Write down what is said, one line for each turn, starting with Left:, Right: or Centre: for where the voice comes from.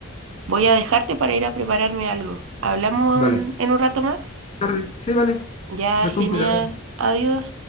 Right: voy a dejarte para ir a prepararme algo. ¿Hablamos
Left: Vale,
Right: en en un rato más?
Left: tarde, sí, vale,
Right: Ya,
Left: ve
Right: genial.
Left: con cuidado.
Right: Adiós.